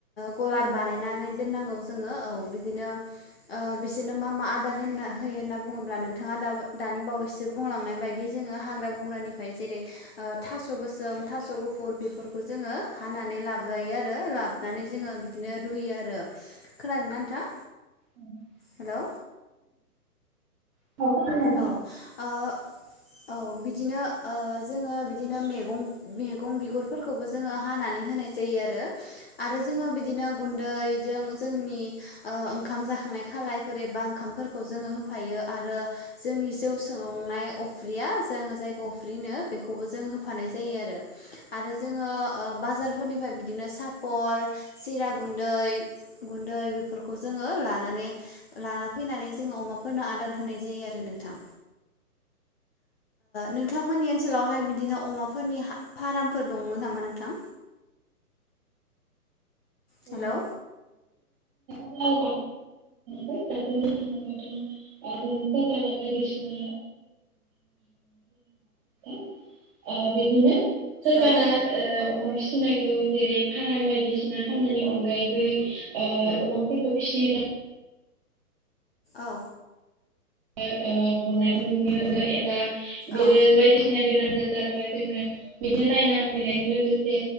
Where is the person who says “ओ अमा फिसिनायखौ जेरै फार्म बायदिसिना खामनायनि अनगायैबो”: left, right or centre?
Right